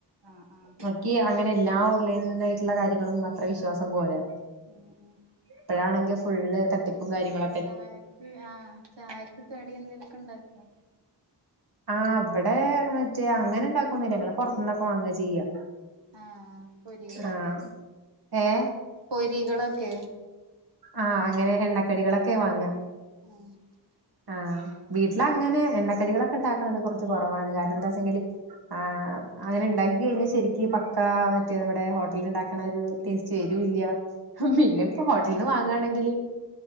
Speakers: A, on the right; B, on the right.
A: ആഹ് ആഹ്
B: നക്കി അങ്ങനെ എല്ലാ ഓൺലൈൻ ആയിട്ടുള്ള കാര്യങ്ങളും അത്ര വിശ്വാസം പോരാ.
A: <unintelligible>
B: ഇപ്പോഴാണെങ്കിൽ
A: വേറെന്തൊക്കെണ്ട്
B: ഫുളള് തട്ടിപ്പും കാര്യങ്ങള
A: ചായക്ക് ആ ചായക്ക് കടി എന്തേലുക്കെ ഉണ്ടാക്കോ.
B: ആ വിടെ മറ്റേ അങ്ങനെ ഇണ്ടാക്കു ഒന്നു ഇല്ല ങ്ങൾ പുറത്തന്നൊക്കെ വാങ്ങി ചെയ്യാ
A: ആ കൊരികളൊക്കെ
B: ആഹ് ഏഹ്
A: പൊരികളൊക്കെ
B: ആഹ് അങ്ങനെ എണ്ണക്കടികളൊക്കെയാ വാങ്ങാ
A: <unintelligible>
B: ആഹ് വീട്ടില അങ്ങനെ എണ്ണക്കടികളൊക്കെ ഉണ്ടാക്കണത് കുറച്ച് കുറവാണ് കാരണം എന്താ വച്ചെങ്കില് ആ അങ്ങനെ ഉണ്ടാക്കി കഴിഞ്ഞ ശരിക്ക് പക്കാ മറ്റേ നമ്മുടെ ഹോട്ടലിൽ ഉണ്ടാക്കണ ഒരു ടേസ്റ്റ് വരും <unintelligible>
A: കിട്ടൂല
B: പിന്നെ ഇപ്പ ഒ അങ്ങാണെങ്കില്